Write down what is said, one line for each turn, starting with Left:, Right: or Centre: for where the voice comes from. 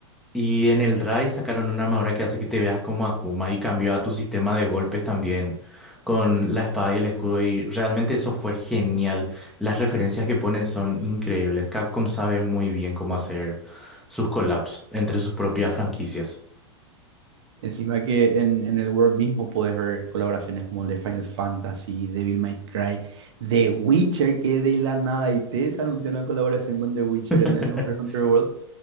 Centre: Y en el Rise sacaron una armadura que hace que te veas como Akuma y cambió a tu sistema de golpes también con la espada y el escudo. Y realmente eso fue genial. Las referencias que ponen son increíbles. Capcom sabe muy bien cómo hacer sus collabs entre sus propias franquicias.
Right: Encima que en, en el World mismo puedes ver colaboraciones como el de Final Fantasy, Devil May Cry, The Witcher, que de la nada y te se anunció una colaboración con The Witcher
Centre: <laughs>
Right: en el Monster Hunter World.